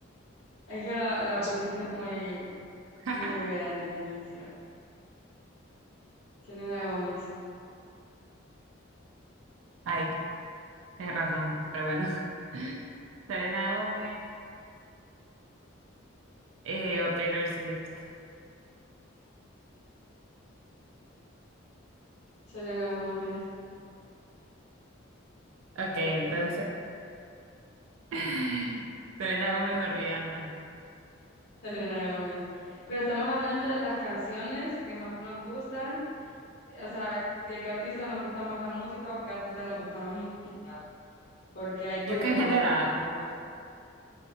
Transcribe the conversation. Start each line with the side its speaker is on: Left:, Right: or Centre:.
Left: Es que la, la pusiste muy,
Right: <laughs>
Left: muy obvia desde el inicio. Selena Gómez.
Right: Ay, tienes razón, pero bueno. <laughs> Selena Gómez eh, o Taylor Swift.
Left: Selena Gómez.
Right: Ok,
Left: Obvio.
Right: entonces. <laughs> Selena Gómez o Rihanna.
Left: <laughs> Selena Gómez. Pero estamos hablando de las canciones que más nos gustan o sea, de qué artista nos gusta más la música o qué artista nos gusta más en general, porque ahí podría
Right: Yo que en
Left: cambiar
Right: general,
Left: un poco la cosa.